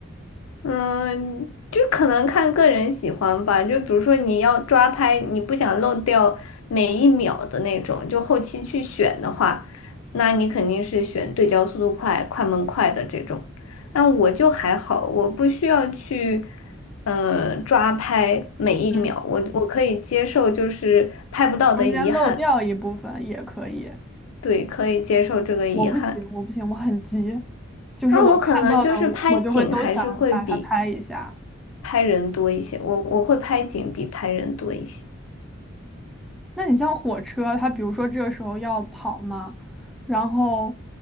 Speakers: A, on the left; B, in the centre.
A: 嗯，就可能看个人喜欢吧。就比如说你要抓拍，你不想漏掉每一秒的那种，就后期去选的话，那你肯定是选对焦速度快、快门快的这种。那我就还好，我不需要去，呃，抓拍每一秒，
B: 嗯，
A: 我我可以接受，就是拍不到的遗憾，
B: 中间漏掉一部分也可以。
A: 对，可以接受这个遗憾。
B: 我不行，我不行，我很急。就是我看到的，
A: 那我可能就是拍景还是会比。
B: 我我就会都想把它拍一下。
A: 拍人多一些，我我会拍景比拍人多一些。
B: 那你像火车，它比如说这个时候要跑嘛，然后